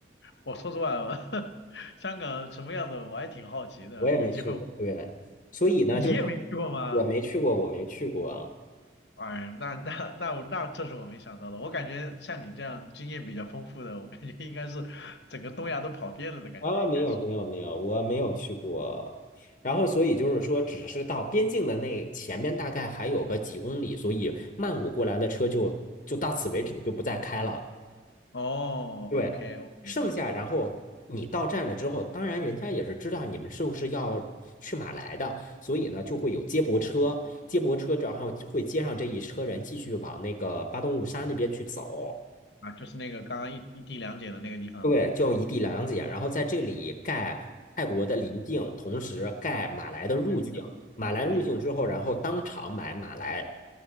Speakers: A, on the left (about 75°); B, on the left (about 45°).
A: 我说实话，<laughs> 香港什么样子我还挺好奇的，
B: 我也没去过。
A: 有机会我
B: 对，所以呢，
A: 你也没去过吗？
B: 就是我没去过，我没去过。
A: 哎，那那那我那这是我没想到的。我感觉像你这样经验比较丰富的，我感觉应该是整个东亚都跑遍了的感觉，
B: 啊，
A: 应该是。
B: 没有没有没有，我没有去过。然后，所以就是说，只是到边境的那前面大概还有个几公里，所以曼谷过来的车就就到此为止，就不再开了。
A: 哦，OK
B: 对，
A: OK，
B: 剩下然后你到站了之后，当然人家也是知道你们是不是要去马来的，所以呢就会有接驳车，接驳车然后就会接上这一车人，继续往那个巴东务沙那边去走。
A: 啊，就是那个刚刚一一地两检的那个地方嘛，
B: 对，就一地两检，然后在这里盖泰国的邻境，同时盖马来的入境。
A: 在那个
B: 马来入境之后，
A: 附近。的。
B: 然后当场买马来